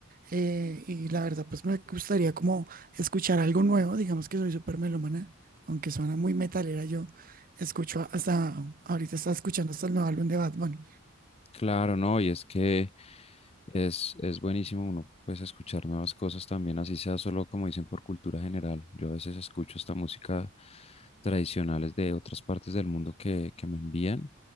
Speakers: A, on the right; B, on the left.
A: eh, y la verdad, pues me gustaría como escuchar algo nuevo, digamos que soy súper melómana, aunque suena muy metalera, yo escucho hasta, ahorita estaba escuchando hasta el nuevo álbum de Bad Bunny.
B: Claro, no, y es que es, es buenísimo uno pues escuchar nuevas cosas también, así sea solo como dicen por cultura general. Yo a veces escucho esta música tradicionales de otras partes del mundo que, que me envían